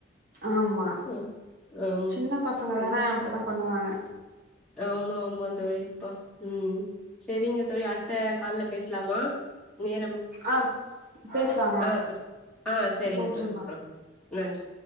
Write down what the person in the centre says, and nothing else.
ஆம் ஆமா
அது
ஆமா ஆமா தோழி ப்பா ம் சரிங்க தோழி அடு த்த கால்ல பேசலாமா நேரம்
ஆ ஆ ஆ சரிங்க
தோழி ஆ நன்றி